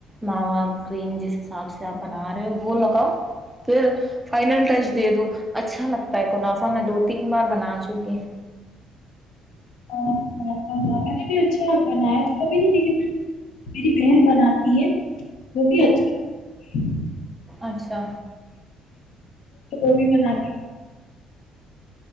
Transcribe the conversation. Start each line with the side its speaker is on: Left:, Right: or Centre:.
Centre: ما کریم جس حساب سے آپ بنا رہے ہو وہ لگاؤ پھر فائنل ٹچ دے دو اچھا لگتا ہے منافع میں دو تین بار بنا چکے
Left: میں نے بھی اچھا بنایا تو کبھی نہیں لیکن میری بہن بناتی ہے وہ بھی اچھا
Centre: اچھا
Left: گوبھی بنات